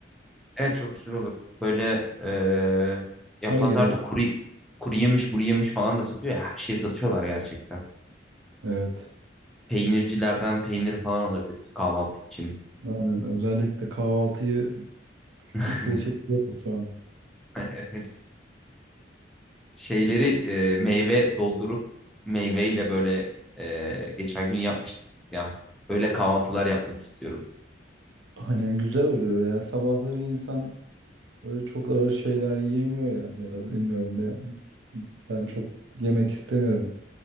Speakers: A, in the centre; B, on the right.
A: Evet çok güzel olur. Böyle eee, ya
B: Her
A: pazarda
B: gerek.
A: kuru, kuru yemiş, muru yemiş falan da satıyor ya. Her şeyi satıyorlar gerçekten.
B: Evet.
A: Peynircilerden peynir falan alabiliriz kahvaltı için.
B: Aynen. Özellikle kahvaltıyı
A: <laughs>
B: İple çekiyorum şu an.
A: Evet. Şeyleri eee, meyve doldurup meyveyle böyle eee, geçen gün yapmıştık ya. Öyle kahvaltılar yapmak istiyorum.
B: Aynen güzel oluyor ya. Sabahları insan böyle çok ağır şeyler yiyemiyor ya. Ya da bilmiyorum ben, ben çok yemek istemiyorum.